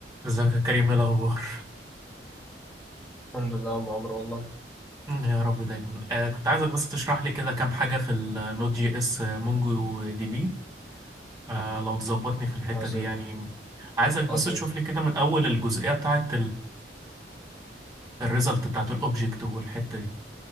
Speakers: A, on the right; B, in the centre.
A: ازيك يا كريم ايه الاخبار
B: الحمد لله يا عم عمرو والله
A: يا رب دايما آه كنت عايزك بس تشرح لي كده كام حاجه في النود جي اس مونجو دي بي آه لو تظبطني في الحته
B: عظيم
A: دي يعني عايزك بس
B: عظيم
A: تشوف لي كده من اول الجزئيه بتاعه الريزلت بتاعه الاوبجكت والحته دي